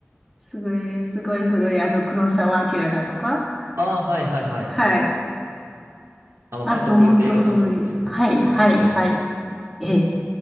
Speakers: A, in the centre; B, on the right.
A: すごい、すごい古い、あの、黒澤明だとか。
B: ああ、はいはいはい。
A: はい。
B: あの、
A: あと、
B: 監督、
A: もっと古い。
B: 映画監督ですよね。
A: はい、はい、
B: はい。
A: はい。ええ。